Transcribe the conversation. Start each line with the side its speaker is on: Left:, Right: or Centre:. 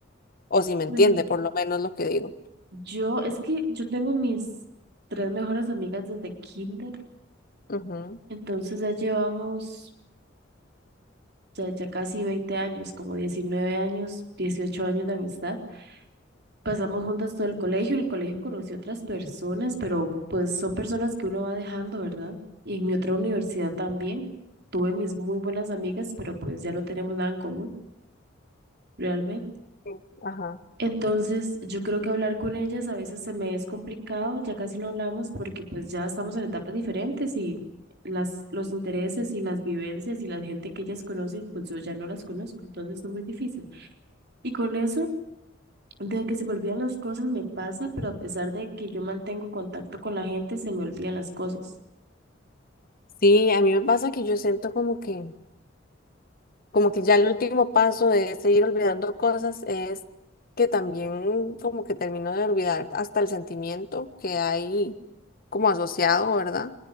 Left: O si me entiende
Right: Bueno,
Left: por lo menos lo que digo.
Right: yo, es que yo tengo mis tres mejores amigas desde kinder,
Left: Ujú.
Right: entonces ya llevamos ya, ya casi 20 años, como 19 años, 18 años de amistad. Pasamos juntas todo el colegio, en el colegio conocí otras personas, pero pues son personas que uno va dejando, ¿verdad? Y en mi otra universidad también. Tuve mis muy buenas amigas, pero pues ya no tenemos nada en común, realmente.
Left: Sí. Ajá.
Right: Entonces, yo creo que hablar con ellas a veces se me es complicado, ya casi no hablamos porque pues ya estamos en etapas diferentes y las, los intereses y las vivencias y la gente que ellas conocen, pues yo ya no las conozco, entonces es muy difícil. Y con eso, de que se me olvidan las cosas me pasa, pero a pesar de que yo mantengo contacto con la gente, se me olvidan las cosas.
Left: Sí, a mí me pasa que yo siento como que como que ya el último paso de seguir olvidando cosas es que también como que termino de olvidar hasta el sentimiento que hay como asociado, ¿verdad?